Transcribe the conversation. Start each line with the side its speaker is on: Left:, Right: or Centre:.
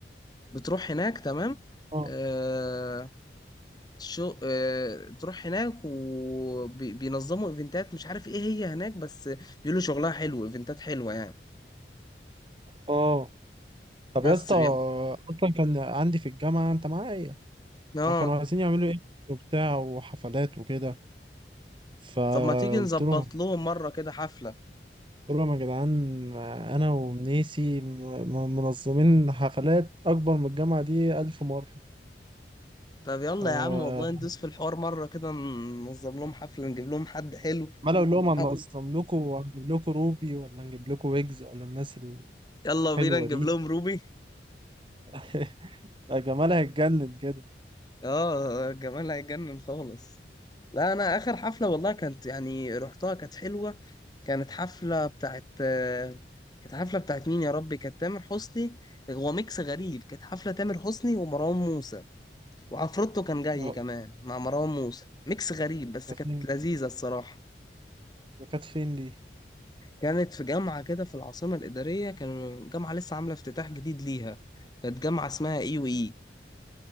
Left: بتروح هناك تمام
Right: اه
Left: آه، شو آه، تروح هناك وبينظموا ايفنتات مش عارف ايه هي هناك بس بيقولوا شغلها حلو ايفنتات حلوة يعني
Right: اه طب
Left: بس
Right: يا اسطى
Left: بي...
Right: اصلا كان عندي في الجامعة انت معايا
Left: اه
Right: كانوا عايزين يعملوا ايه وبتاع وحفلات وكده فقلت
Left: طب ما تيجي نظبط
Right: لهم
Left: لهم مرة كده حفلة
Right: قول لهم يا جدعان انا ومنيسي م- منظمين حفلات اكبر من الجامعه دي الف مره
Left: طب يلا
Right: فعمال
Left: يا عم والله ندوس في الحوار مرة كده ننظم لهم حفلة نجيب لهم حد حلو
Right: اقول
Left: <laughs>
Right: لهم
Left: ونحاول-
Right: هننظم لكم وهنجيب لكم روبي ولا هنجيب لكم ويجز ولا الناس
Left: يلا
Right: الحلوه
Left: بينا نجيب
Right: دي
Left: لهم روبي
Right: <laughs> يا جمال هيتجنن كده
Left: اه جمال هيجنن خالص لا انا اخر حفلة والله كانت يعني رحتها كانت حلوة كانت حفلة بتاعت آه، كانت حفلة بتاعت مين يا ربي كانت تامر حسني هو ميكس غريب كانت حفلة تامر حسني ومروان موسى وعفروتو كان جاي
Right: اه
Left: كمان مع مروان موسى ميكس غريب بس
Right: ده
Left: كانت
Right: فين
Left: لذيذة الصراحة
Right: ده كانت فين دي
Left: كانت في جامعة كده في العاصمة الإدارية كان جامعة لسه عاملة افتتاح جديد ليها كانت جامعة اسمها اي وإي